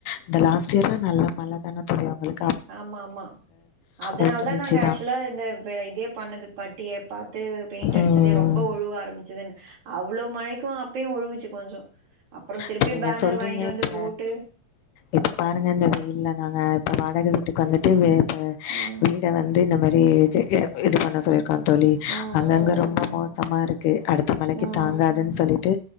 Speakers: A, on the left (about 75°); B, on the right (about 85°).
A: இந்த லாஸ்ட் இயர்ல நல்ல மழ தான தோழி உங்களுக்
B: ஆமா ஆமா அதனால
A: ஊத்துனுச்சுதா
B: தா நாங்க ஆக்சுவலா இந்த இத இதே பண்ணது பட்டிய பாத்து பெயிண்ட் அடிச்சதே
A: ம்
B: ரொம்ப ஒழுவ ஆரம்பிச்சதுன்னு அவ்ளோ மழைக்கு அப்பயு ஒழுவுச்சு கொஞ்சோ அப்புறோ
A: இப்ப
B: திருப்பி
A: நீங்க
B: பேனர்
A: சொல்றீங்க
B: வாங்கிட்டு வந்து
A: இப்ப
B: போட்டு
A: இப்ப பாருங்க இந்த வெயில்ல நாங்க இப்ப வாடக வீட்டுக்கு வந்துட்டு வே இப்ப
B: ம்
A: வீட வந்து நம்ம சேரி இது பண்ண சொல்லி க்கா தோழி
B: ம்
A: அங்கங்க ரொம்ப மோசமா இருக் து அடுத்த மழைக்கி
B: ம் ம்
A: தாங்காதுன்னு சொல்லிட்டு